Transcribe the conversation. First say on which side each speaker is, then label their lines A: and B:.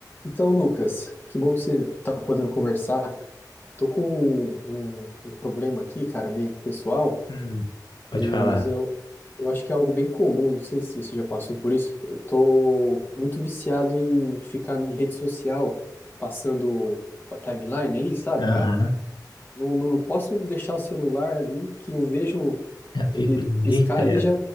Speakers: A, on the left; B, on the left.
A: Então, Lucas, que bom que você está podendo conversar. Tô com um, um- um problema aqui, cara, meio que pessoal,
B: Hum, pode
A: é,
B: falar.
A: mas eu, eu acho que é algo bem comum, não sei se você já passou por isso. Eu tô muito viciado em ficar em rede social, passando a timeline ali, sabe,
B: Aham.
A: cara? Não, não, não posso deixar o celular ali, que eu vejo
B: Já fico
A: ele
B: o dia
A: piscar
B: inteiro.
A: ali já